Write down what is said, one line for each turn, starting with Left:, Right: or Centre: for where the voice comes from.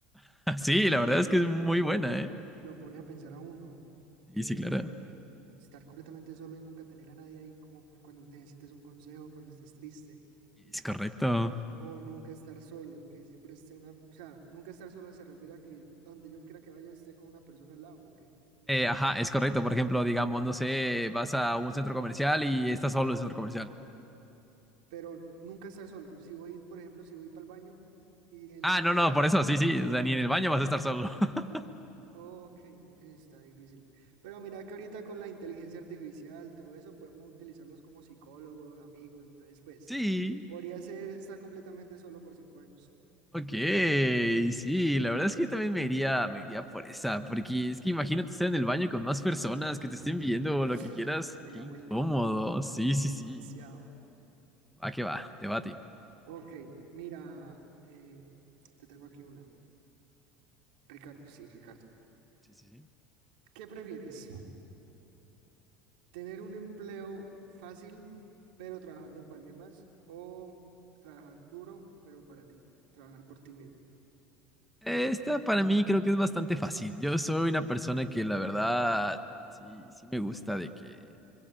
Centre: <laughs> Sí, la verdad
Right: Que sí
Centre: es que
Right: me
Centre: es muy
Right: pone,
Centre: buena, ¿eh?
Right: lo pone a pensar a uno. eh,
Centre: Sí, sí, claro.
Right: eh, estar completamente solo y nunca tener a nadie ahí, como cuando te necesites un consejo, cuando estés triste.
Centre: Es correcto.
Right: O nunca estar solo, que siempre esté una, o sea, nunca estar solo se refiere a que a donde yo quiera que vaya esté con una persona al lado, ¿o qué?
Centre: Eh, ajá, es correcto. Por ejemplo, digamos, no sé, vas a un centro comercial y estás solo en el centro comercial.
Right: Pero nunca estar solo. Si voy, por ejemplo, si voy para el baño y elegí
Centre: Ah,
Right: nunca
Centre: no, no,
Right: estar
Centre: por
Right: solo.
Centre: eso, sí, sí. O sea, ni en el baño vas a estar solo. <laughs>
Right: Ok, está difícil. Pero mira que ahorita con la inteligencia artificial, todo eso, podemos utilizarlos como psicólogos, amigos. Entonces, pues,
Centre: Sí.
Right: podría ser estar completamente solo por cinco años.
Centre: Ok, sí, la verdad es que yo también me iría, me iría por esa, porque es que imagínate estar en el baño con más personas que te estén
Right: <laughs>
Centre: viendo o lo que quieras.
Right: Sería
Centre: Qué incómodo.
Right: muy incómodo.
Centre: Sí,
Right: <laughs>
Centre: sí,
Right: Demasiado.
Centre: sí. Va que va, te va a ti.
Right: Ok, mira, eh, te tengo aquí una. Ricardo, sí, Ricardo.
Centre: Sí, sí, sí.
Right: ¿Qué prefieres? ¿Tener un empleo fácil, pero trabajando para alguien más? ¿O trabajar duro, pero para ti? Trabajar por ti mismo.
Centre: Esta para mí creo que es bastante fácil. Yo soy una persona que la verdad sí, sí me gusta de que